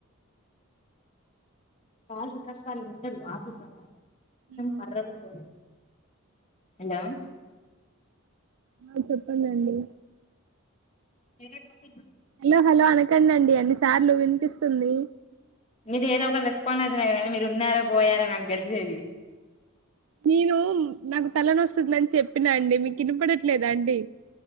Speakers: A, on the left; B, on the right.
A: కా రకా సార్ ఉంటర్ ఆఫీస్ లో
B: హలో
A: వర్్ర పో హలో
B: ఆ చెప్పడిండి
A: మీద
B: హలో హలో అనకండి అండి అన్ని సార్లు వినిపిస్తుంది
A: మీరు ఏదో ఒక రెస్పాండ్ అయితేనే కద మీరు ఉన్నారో పోయారో నాకు తెలిసేది
B: నేను నాకు తలన వస్తుందిందని చెప్పినా అండి మీకు వినిపడట్లేదా అండి